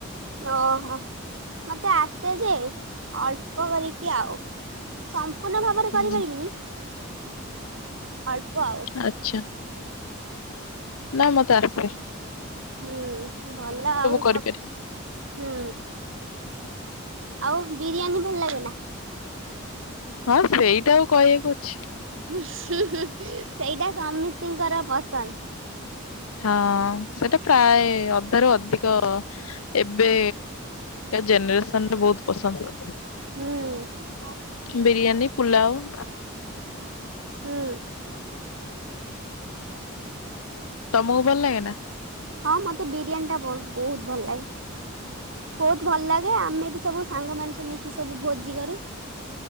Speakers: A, on the right (about 65°); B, on the left (about 80°).
A: ଅହ, ମତେ ଆସେ ଯେ ଅଳ୍ପ କରିକି ଆଉ। ସମ୍ପୂର୍ଣ୍ଣ ଭାବରେ
B: ହୁଁ।
A: କରିପାରିବିନି। ଅଳ୍ପ ଆଉ।
B: ଆଚ୍ଛା ନା ମତେ ଆର ପାଳି।
A: ହୁଁ ଭଲ ଆଉ
B: କରିପାରେ।
A: ସ ହୁଁ। ଆଉ ବିରିୟାନୀ ଭଲ ଲାଗେ ନା?
B: ହଁ ସେଇଟା ଆଉ କହିବାକୁ ଅଛି।
A: ସେଇଟା ସମସ୍ତିଙ୍କର ପସନ୍ଦ।
B: ହଁ ସେଟା ପ୍ରାୟ ଅଧାରୁ ଅଧିକ ଏବେ ଜେନେରେସନ ଟା ବହୁତ ପସନ୍ଦ।
A: ହୁଁ। ୁରା
B: ବିରିୟାନୀ, ପୁଲାଉ
A: ହୁଁ।
B: ତମକୁ ଭଲ ଲାଗେ ନା?
A: ହଁ ମତେ ବିରିୟାନୀ ଟା ବହୁତ ଭଲ ଲାଗେ। ବହୁତ ଭଲ ଲାଗେ ଆମେ ବି ସବୁ ସାଙ୍ଗମାନେ ସେ ମିଶି ସବୁ ଭୋଜି କରୁ।